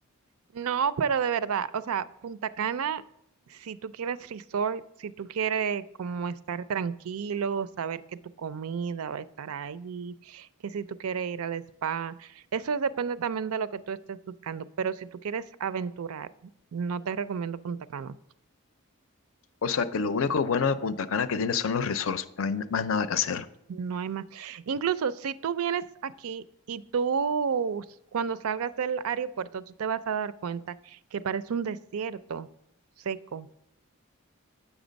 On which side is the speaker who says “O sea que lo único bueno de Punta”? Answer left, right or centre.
Left